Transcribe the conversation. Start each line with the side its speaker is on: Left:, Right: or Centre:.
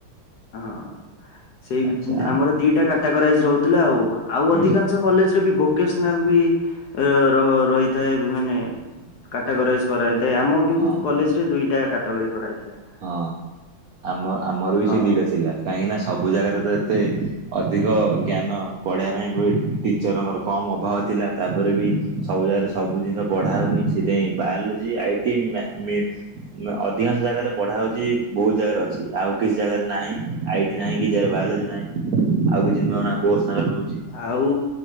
Left: ହଁ ସେଇ ଭି
Right: ଆଚ୍ଛା
Left: ଆମର ଦିଟା କାଟାଗୋରାଇଜ ରହୁଥିଲା ଆଉ ଆଉ
Right: ହୁଁ
Left: ଅଧିକାଂଶ କଲେଜରେ ବି ବୋ ଭୋକେନ୍ସନାଲ ବି ର ରହିଥାଏ ମାନେ କାଟାଗୋରାଇଜ କରାଯାଇଥାଏ ଆମ କିନ୍ତୁ
Right: ହଁ
Left: କଲେଜରେ ଦୁଇଟା କାଟାଗୋରି କରାଯାଇଥିଲା।
Right: ହଁ ଆମ ଆମର ବି
Left: ହଁ।
Right: ସେ ଦିଟା ଥିଲା କାହିଁକି ନା ସବୁ ଜାଗାରେ ତ ଏତେ ଅଧିକ ଜ୍ଞାନ ପଢିବା ପାଇଁ ବି ଟିଚରଙ୍କର କମ୍ ଅଭାବ ଥିଲା ତାପରେ ବି ସବୁ ଜାଗାରେ ସବୁ ଜିନିଷ ପଢା ହଉନି ସେଇଥିପାଇଁ ବାୟୋଲୋଜି ଆଇଟି ମ୍ୟା ମି ଅଧିକାଂଶ ଜାଗାରେ। ପଢା ହଉଛି ବହୁତ ଜାଗାରେ ଅଛି ଆଉ କିଛି ଜାଗାରେ ନାହିଁ ଆଇ ଟି ନାହିଁ କି ଜୟ ବାୟୋଲୋଜି ନାହିଁ। ଆଉ କିଛି ନୂଆ ନୂଆ କୋରସ ସାଙ୍ଗରେ ରହୁଛି।
Left: ଆଉ